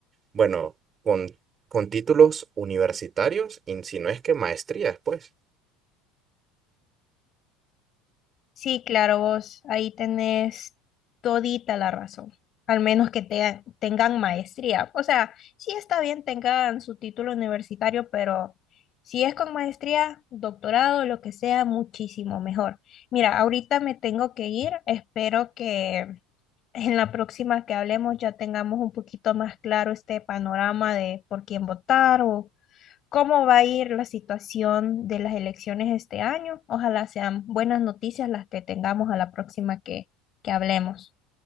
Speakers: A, on the right (about 30°); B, on the left (about 40°).
A: bueno, con, con títulos universitarios, y si no es que maestrías, pues.
B: Sí, claro, vos ahí tenés todita la razón, al menos que te- tengan maestría. O sea, sí está bien tengan su título universitario, pero si es con maestría, doctorado, lo que sea, muchísimo mejor. Mira, ahorita me tengo que ir, espero que en la próxima que hablemos ya tengamos un poquito más claro este panorama de por quién votar o cómo va a ir la situación de las elecciones este año. Ojalá sean buenas noticias las que tengamos a la próxima que, que hablemos.